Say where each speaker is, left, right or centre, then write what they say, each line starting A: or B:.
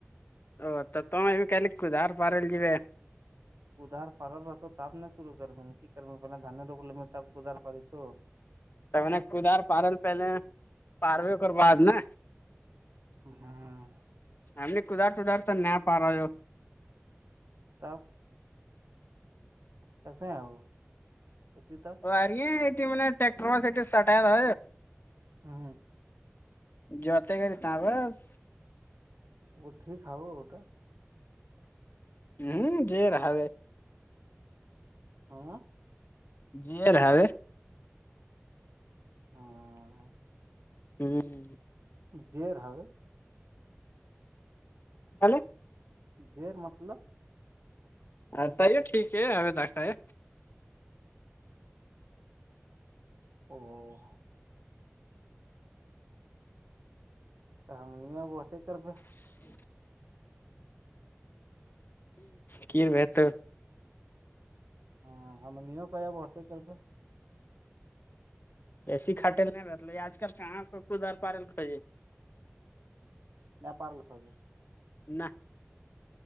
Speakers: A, on the left (about 45°); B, on the right (about 70°).
A: او توم ا بھی کلے کدار پہارل جیے
B: ادھار پڑل رہ تو تب نہیں شرو کر کی کر پہلے دانے روپ ل تب ادھار پڑ تو
A: تو میں نے کدار پارل پہلے پاروےر بعد نا
B: ہاں
A: ہم نے کدار تودار تو نہ پا رہا ہو
B: تب کیسے ہیں آ وہ کھیتی تو
A: اری یہ م میں ٹیکٹر بس سٹایا تھا
B: ہاں
A: جتے کر تھا بس
B: وہ ٹھیک ہے وہ وہٹا
A: ہوں ج رہاو ہے
B: ہاں
A: جیر ہے
B: ہاں
A: ہوں
B: دیر ہو
A: الے
B: جیر مطلب
A: اھائیے ٹھیک ہے ا دھا ہے
B: او تو ہم نہیںگ ہٹیک کربے
A: <unintelligible> کی بت
B: ہاں ہم نہیں کا ب ہوتے کرب
A: ایسی کٹےل نہیں بٹلے آج کل کہ کو کوود آر پارل کوجیے
B: نپار لکھے
A: <unintelligible>